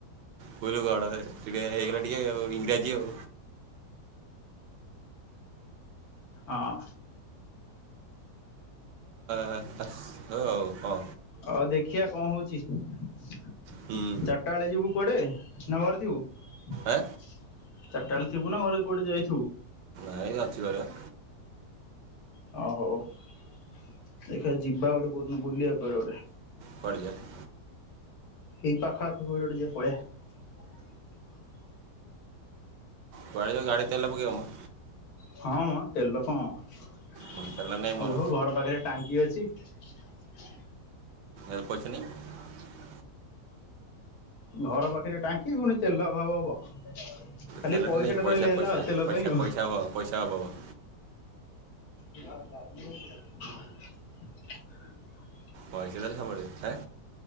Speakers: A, on the right; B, on the left.
A: ବୁଝିଲୁ କଣ ଟିକେ ହେଇଗଲା ଟିକେ ଇଂରାଜୀ ଆଉ।
B: ହଁ
A: ହଉ ଆଉ ହଁ
B: ଆଉ ଦେଖାଯାଉ କଣ ହେଉଛି। ଚାରିଟା
A: ହୁଁ
B: ବେଳେ ଯିବୁ କୁଆଡ଼େ, ନା ଘରେ ଥିବୁ? ଚାରିଟା
A: ଆଁ
B: ବେଳେ ଥିବୁ ନା ଘରେ କୁଆଡ଼େ ଯାଇଥିବୁ
A: ହାଇ ରାଥି ଗ <unintelligible>
B: ହଉ ହଉ। ଦେଖିବା, ଯିବା ଗୋଟେ କୋଉଦିନ ବୁଲିବା କୁଆଡ଼େ ଗୋଟେ।
A: କୁଆଡ଼େ ଯିବା
B: ଏଇ ପାଖ ଆଖକୁ କୁଆଡ଼େ ଗୋଟିଏ ଯିବା ପଳେଇବା।
A: ଯୁଆଡ଼େ ଯାଅ ଗାଡ଼ିରେ ତେଲ ପକେଇବମ
B: ହଁ ମଁ ତେଲ କଣ ଆଉ
A: ମୋର ତେଲ ନାହିଁ ମୋର
B: ହୋଉ ଘର ପାଖରେ ଟାଙ୍କି ଅଛି। ଛି।
A: ଏ ପଇସା ନାଇଁ
B: ଘର ପାଖରେ ଟାଙ୍କି ପୁଣି ତେଲ ଅଭାବ ହବ ଖାଲି
A: ତେଲଟେ ନେଇ
B: ଟା
A: ପଇସା
B: ରହିଲେ ହେଲା
A: ପଇସା
B: ଆଉ ତେଲ
A: ପଇସା
B: ପାଇଁ ଆଉ।
A: ପଇସାହବ ପଇସା ଅଭାବ
B: ହ ଯାଇନ <unintelligible>
A: ପଇସା ସବୁ ବେଳେ ହଁ।